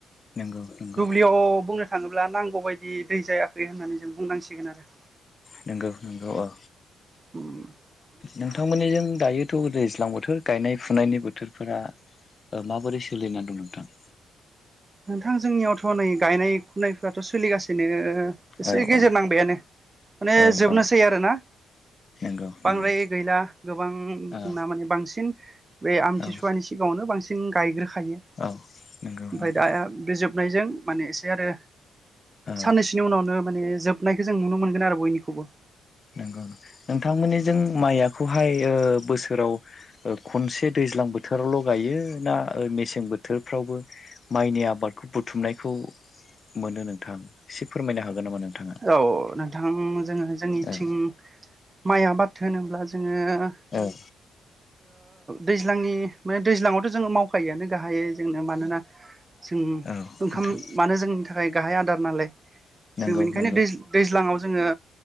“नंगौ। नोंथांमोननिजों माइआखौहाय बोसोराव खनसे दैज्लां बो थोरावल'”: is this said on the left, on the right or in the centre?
Left